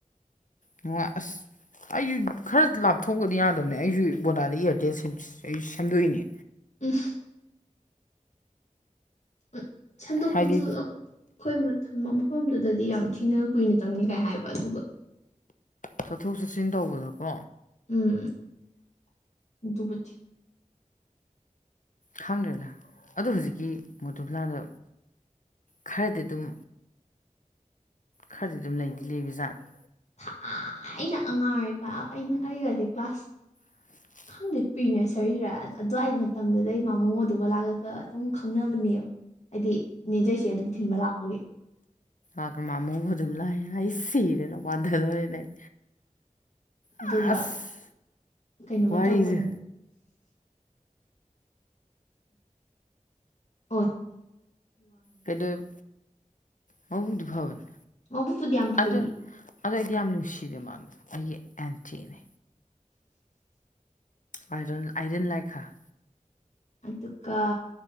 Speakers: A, on the left; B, on the left.
A: ꯅꯨꯡꯉꯥꯏ ꯑꯁ ꯑꯩꯁꯨ ꯈꯔ ꯂꯥꯞꯊꯣꯛꯄꯗꯤ ꯌꯥꯗꯕꯅꯦ ꯑꯩꯁꯨ ꯕꯣꯗꯥꯗꯒꯤ ꯏꯌꯥꯔꯇꯦꯜ ꯁꯦꯝ ꯁꯦꯝꯗꯣꯛꯏꯅꯦ
B: <unintelligible> <unintelligible> ꯁꯦꯝꯗꯣꯛꯄꯗꯨ
A: ꯍꯥꯏꯗꯤ
B: <unintelligible> ꯑꯩꯈꯣꯏ ꯃꯊꯝ ꯃꯐꯝꯗꯨꯗꯗꯤ ꯌꯥꯝ ꯊꯤꯅ ꯀꯨꯏꯅ ꯇꯪꯉꯤꯒꯥꯏ ꯍꯥꯏꯕ ꯑꯗꯨꯒ
A: ꯆꯠꯊꯣꯛ ꯆꯠꯁꯤꯟ ꯇꯧꯕꯗ ꯀꯣ
B: ꯎꯝ ꯑꯗꯨꯕꯨꯗꯤ
A: ꯈꯪꯗ꯭ꯔꯦꯗ ꯑꯗꯣ ꯍꯨꯖꯤꯛꯀꯤ ꯃꯣꯙꯨꯕ꯭ꯂꯥꯗꯣ ꯈꯔꯗꯤ ꯑꯗꯨꯝ ꯈꯔꯗꯤ ꯑꯗꯨꯝ ꯂꯩꯗꯤ ꯂꯩꯕ ꯖꯥꯠ
B: ꯊꯥꯏꯅ ꯑꯉꯥꯡ ꯑꯣꯢꯔꯤꯀꯟ ꯑꯩꯅ ꯑꯩꯒꯖꯦ ꯀ꯭ꯂꯥꯁ
A: <inaudible>
B: ꯈꯪꯗꯦ ꯄꯤ ꯅ꯭ꯔꯁꯔꯤꯔ ꯑꯗꯨꯋꯥꯏ ꯃꯇꯝꯗꯨꯗꯩ ꯃꯥꯝꯃꯣ ꯃꯣꯙꯨꯕꯂꯥꯒ ꯑꯗꯨꯝ ꯈꯪꯅꯕꯅꯦꯕ ꯍꯥꯏꯗꯤ ꯅꯦ ꯖꯣꯏꯁ꯭ꯔꯤ ꯑꯗꯨꯝ ꯊꯤꯟꯕ ꯂꯥꯛꯄꯒꯤ
A: ꯑꯀ ꯃꯃꯣ ꯃꯣꯗꯨꯕ꯭ꯂꯥꯌꯦ ꯑꯩ ꯁꯤꯔꯦꯗ ꯋꯥꯟꯗꯗꯣꯔꯦꯗ ꯑꯩ
B: ꯑꯗꯨꯒ
A: ꯑꯑꯁ
B: ꯀꯩꯅꯣꯒ
A: ꯋꯥꯔꯤꯖꯦ
B: ꯇꯧꯕꯅꯦ ꯑꯣꯠ
A: ꯀꯩꯗ꯭ꯋꯦꯞ ꯃꯕꯨꯡꯗꯨ ꯐꯕꯅꯦ
B: ꯃꯕꯨꯨꯛꯄꯨꯗꯤ ꯌꯥꯝ ꯐꯩꯌꯦ
A: ꯑꯗꯣ ꯑꯗꯣ ꯑꯩꯗꯤ ꯌꯥꯝ ꯅꯨꯡꯁꯤꯗꯦ ꯃꯥꯗꯣ ꯑꯩꯒꯤ ꯑꯦꯟꯇꯤꯅꯦ ꯑꯥꯢ ꯗꯣꯟ ꯑꯥꯢ ꯗꯤꯡ ꯂꯥꯏꯛ ꯍꯥꯔ
B: ꯑꯗꯨꯀ